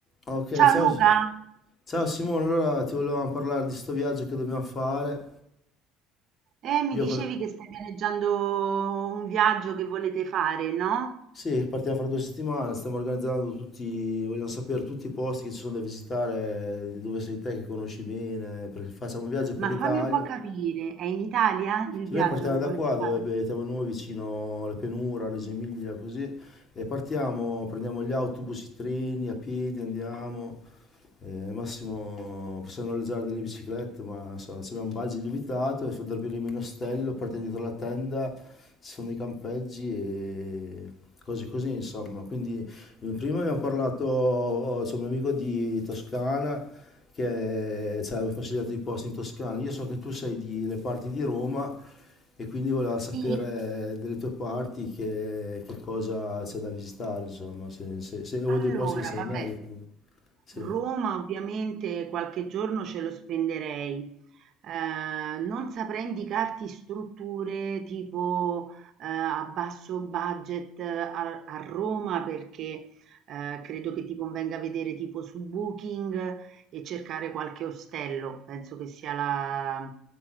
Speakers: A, on the left (about 35°); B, on the right (about 55°).
A: Ok,
B: Ciao
A: ciao.
B: Luca,
A: S- Ciao Simone, allora ti volevamo parlare di sto viaggio che dobbiamo fare.
B: eh, mi
A: Io
B: dicevi
A: con la-
B: che stai pianeggiando un viaggio che volete fare, no?
A: Sì, partiamo fra due settimane, stiamo organizzando tutti, vogliamo sapere tutti i posti che ci sono da visitare, di dove sei te che conosci bene, perché facciamo un viaggio per
B: Ma
A: l'Italia.
B: fammi un po' capire, è in Italia il
A: Se
B: viaggio
A: noi partiamo
B: che
A: da
B: volete
A: qua,
B: fare?
A: dove abitiamo noi, vicino alla pianura, Reggio Emilia, così, e partiamo, prendiamo gli autobus, i treni, a piedi andiamo, eh, al massimo possiamo noleggiare delle biciclette, ma non so, se abbiamo un budget limitato, e dormiremo in ostello, partiamo dietro la tenda, ci sono dei campeggi e cose così, insomma. Quindi eh, prima abbiamo parlato, ho- ho- c'è un mio amico di Toscana, che ci consigliato i posti in Toscana. Io so che tu sei delle parti di Roma e quindi volevo sapere
B: Sì,
A: delle tue parti che, che cosa c'è da visitare, insomma, se, se, se- o
B: allora,
A: dei posti che sai
B: vabbè.
A: meglio comunque. Sì.
B: Roma ovviamente qualche giorno ce lo spenderei. Eh, non saprei indicarti strutture tipo eh, a basso budget eh, a, a Roma perché eh, credo che ti convenga vedere tipo su Booking e cercare qualche ostello, penso che sia la